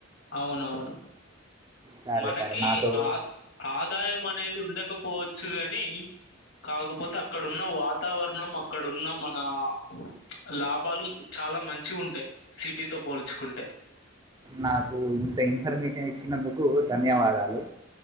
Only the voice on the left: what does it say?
అవునవును
మనకి
ఆ ఆదాయం అనేది ఉండకపోవచ్చు గని కాకపోతే అక్కడు ఉన్న వాతావరణం అక్కడున్న మ ఆ ప్చ్ లాభాలు చాలా మంచిగుంటాయి సిటీతో పోల్చుకుంటే